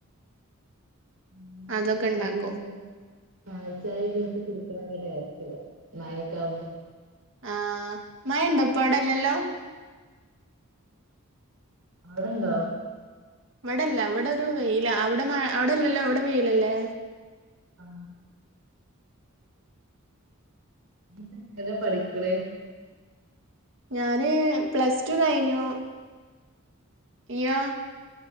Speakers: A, on the right (about 75°); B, on the right (about 55°).
A: അങ്ങനെ
B: അതൊക്കെ ഇണ്ടാക്കും
A: അതി ഇന്ന് പാൽചായക്കെ എടുത്ത് കുടിക്കണത് നല്ല ടേസ്റ്റല്ലേ മയക്കാവുമ്പോ
B: ആ മയണ്ടോ ഇപ്പ അവടെ ഇല്ലല്ലോ
A: അവിടെണ്ടോ?
B: ഇവടെല്ല ഇവിടെ ഒരു വെയിലാ അവടെ മ അവിടെല്ലല്ലോ അവടെ വെയിലല്ലേ.
A: ആ എത്രേ ല പഠിക്ക്ണ്.
B: ഞാന് പ്ലസ് ടു കയ്ഞ്ഞു. ഇയ്യോ.